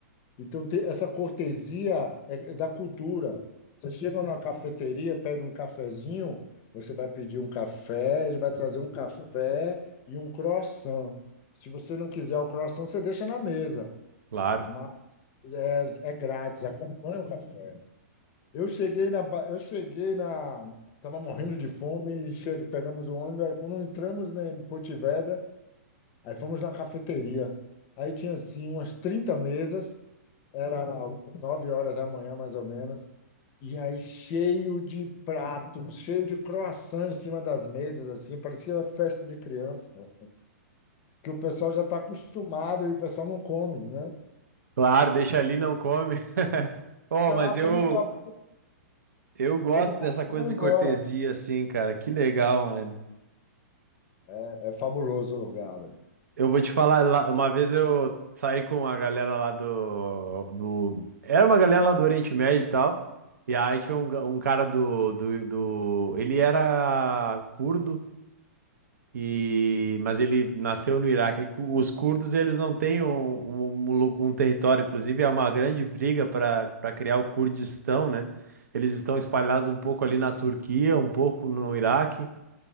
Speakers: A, on the left; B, on the right.
A: Então, tem essa cortesia é é da cultura. Você chega numa cafeteria, pede um cafezinho, você vai pedir um café, ele vai trazer um café e um croissant. Se você não quiser o croissant, você deixa na mesa,
B: Claro.
A: mas é, é grátis, acompanha o café. Eu cheguei na, ba- eu cheguei na, tava morrendo de fome e chego, pegamos o ônibus. Aí, quando entramos, né, em Porto Vedra, aí fomos na cafeteria. Aí tinha assim umas trinta mesas era nove horas da manhã, mais ou menos. E aí, cheio de pratos, cheio de croissant em cima das mesas, assim, parecia uma festa de criança, cara, que o pessoal já está acostumado e o pessoal não come, né?
B: Claro, deixa ali, não come. <laughs> Oh,
A: Vai
B: mas
A: lá, toma
B: eu,
A: o ca-
B: Eu gosto
A: toma o café
B: dessa coisa
A: e vai
B: de
A: embora.
B: cortesia, assim, cara. Que legal, mano.
A: É é fabuloso o lugar. velho.
B: Eu vou te falar, lá- uma vez eu saí com a galera lá do, do... Era uma galera lá do Oriente Médio e tal. E aí tinha um, ga- um cara do, do, do... Ele era curdo, e... mas ele nasceu no Iraque. E cu- Os curdos, eles não têm um, um, um lu- um território. Inclusive, é uma grande briga para para criar o Kurdistão, né? Eles estão espalhados um pouco ali na Turquia, um pouco no Iraque.